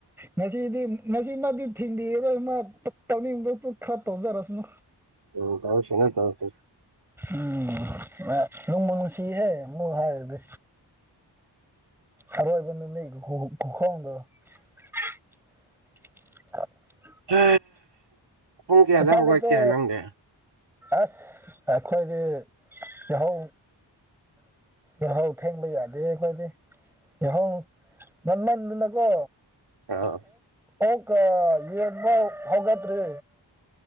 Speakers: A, in the centre; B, on the right.
A: ꯉꯁꯤꯗꯤ ꯉꯁꯤꯃꯛꯇꯤ ꯊꯤꯡꯕꯤꯔꯔꯣꯏ ꯃꯥ ꯇꯧꯅꯤꯡꯕ ꯈꯔ ꯇꯧꯖꯔꯁꯅꯨ
B: ꯑꯣ ꯇꯧꯁꯅꯨ ꯇꯧꯁꯅꯨ
A: ꯎꯝ ꯃꯥ ꯅꯨꯡꯕꯨ ꯅꯨꯡꯁꯤꯍꯦ ꯃꯨꯛ ꯍꯥꯏꯗꯤ ꯑꯔꯣꯏꯕ ꯅꯨꯃꯤꯠ ꯈꯨꯈꯣꯡꯗꯣ <unintelligible>
B: ꯍꯦ ꯄꯨꯡ ꯀꯌꯥꯗ
A: ꯎꯄꯥꯏ
B: ꯍꯧꯒꯠꯀꯦ
A: ꯂꯩꯇꯦ
B: ꯅꯪꯗꯤ
A: ꯑꯁ ꯑꯩꯈꯣꯏꯗꯤ ꯌꯥꯍꯧ ꯌꯥꯍꯧ ꯊꯦꯡꯕ ꯌꯥꯗꯦ ꯑꯩꯈꯣꯏꯗꯤ ꯌꯥꯍꯣ ꯉꯟꯃꯟꯗꯅꯀꯣ
B: ꯑꯥ
A: ꯑꯣꯀ ꯀ ꯌꯠꯕꯥꯎ ꯍꯧꯒꯠꯇꯔꯤ